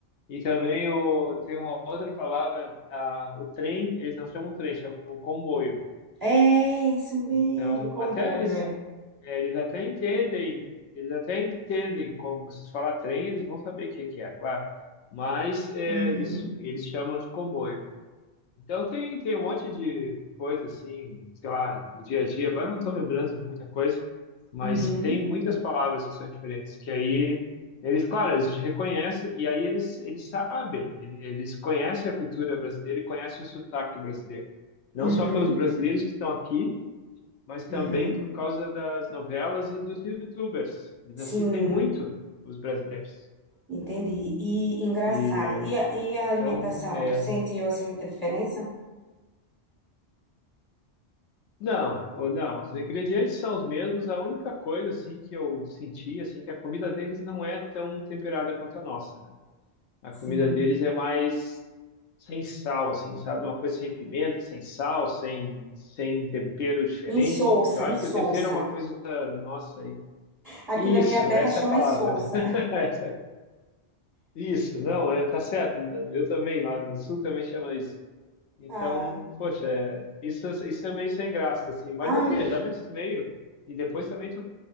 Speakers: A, on the left; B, on the right.
A: E também o, tem uma outra palavra, a, o trem, eles não chamam trem, chamam comboio.
B: É, isso mesmo,
A: Então,
B: comboio,
A: até eles,
B: é.
A: é, eles até entendem, eles até entendem como você falar trem, eles vão saber o que que é, claro. Mas é,
B: Uhum,
A: eles, eles chamam de comboio. Então tem, tem um monte de coisa assim, sei lá, no dia a dia. Agora eu não estou lembrando de muita coisa, mas
B: uhum,
A: tem muitas palavras que são diferentes, que aí eles, claro, eles te reconhecem e aí eles, eles sabem, ele- eles conhecem a cultura brasileira e conhecem o sotaque brasileiro. Não
B: uhum,
A: só pelos brasileiros que estão aqui, mas também
B: uhum.
A: por causa das novelas e dos YouTubers. Eles
B: Sim,
A: assistem muito os brasileiros.
B: entendi. E engraçado.
A: E
B: E a, e a
A: então,
B: alimentação?
A: é,
B: Tu sentiu assim muita diferença?
A: Não, o- não, os ingredientes são os mesmos. A única coisa assim que eu senti assim que a comida deles não é tão temperada quanto a nossa, né? A
B: Sim.
A: comida deles é mais sem sal, assim, sabe? Uma coisa sem pimenta, sem sal, sem sem um tempero diferente.
B: Insossa,
A: Eu
B: insossa.
A: acho que o tempero é uma coisa nossa aí.
B: Aqui
A: Isso,
B: na minha terra
A: essa
B: chama
A: é a palavra.
B: insossa.
A: <laughs> Essa- Isso, não, é, tá certo. Eu também lá no sul também chama isso. Então,
B: Ah,
A: poxa, é, isso, isso é meio sem graça, assim. Mas
B: ah,
A: ok, já me acostumei. E depois também tu,